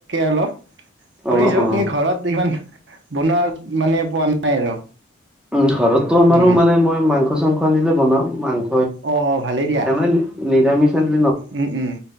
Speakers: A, on the right; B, in the centre.
A: অলপ। কৰিছোঁ।
B: অ অ
A: কিন্তু ঘৰত ইমান বনোৱা মানে, পোৱা নাই আৰু।
B: উমঁ ঘৰতো আমাৰো
A: উম
B: মানে মই মাংস-চাংস আনিলে বনাওঁ মাং-
A: অঁ অঁ ভালে দিয়া।
B: হম, নিৰামিষ চন-
A: উমঁ উমঁ